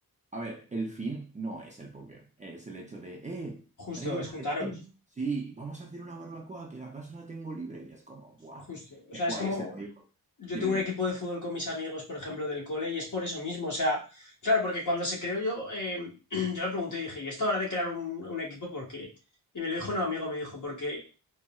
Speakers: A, on the right; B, on the left.
A: A ver, el fin no es el póker, es el hecho de, eh,
B: justo,
A: traigo el
B: es
A: maletín,
B: juntaros,
A: sí, vamos a hacer una barbacoa, que la casa la tengo libre y es como, ¡buah!
B: justo.
A: ¡Qué
B: O sea, es
A: guay
B: como,
A: es el amigo!
B: Yo
A: Dime,
B: tengo
A: dime,
B: un equipo de fútbol con mis amigos, por ejemplo, del cole, y es por eso mismo. O sea, claro, porque cuando se creó yo, eh, <clears throat> yo le pregunté y dije, ¿y esto ahora de crear un, un equipo, por qué? Y me lo dijo un amigo, me dijo, porque, eh,